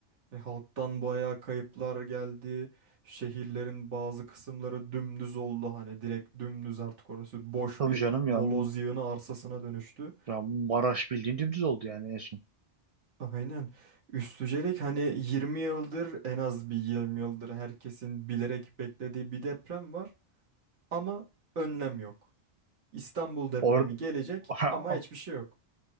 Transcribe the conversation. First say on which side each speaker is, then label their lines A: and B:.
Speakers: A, on the right; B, on the right.
A: E, halktan bayağı kayıplar geldi. Şehirlerin bazı kısımları dümdüz oldu hani direkt dümdüz artık orası boş
B: Tabii
A: bir
B: canım
A: moloz
B: ya,
A: yığını arsasına dönüştü.
B: ya Maraş bildiğin dümdüz oldu yani en son.
A: Aynen. Üstücelik hani 20 yıldır en az bir 20 yıldır herkesin bilerek beklediği bir deprem var ama önlem yok. İstanbul depremi
B: Orada
A: gelecek
B: <laughs>
A: ama hiçbir şey yok.